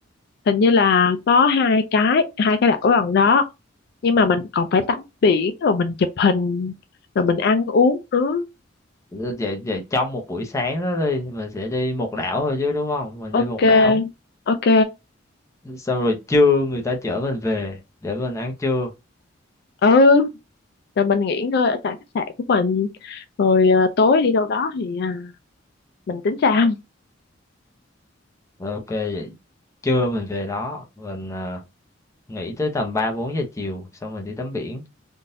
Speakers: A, on the left; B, on the left.
A: hình như là có hai cái hai cái đảo gần đó nhưng mà mình còn phải tắm biển rồi mình chụp hình rồi mình ăn uống nữa
B: Vậy vậy trong một buổi sáng đó đi, mình sẽ đi một đảo thôi chứ đúng không? Mình đi
A: ok
B: một đảo.
A: ok
B: xong rồi trưa người ta chở mình về để mình ăn trưa
A: ừ rồi mình nghỉ ngơi ở tại khách sạn của mình rồi ờ, tối đi đâu đó thì à, mình tính sao
B: rồi ok vậy trưa mình về đó mình à, nghỉ tới tầm ba bốn giờ chiều xong mình đi tắm biển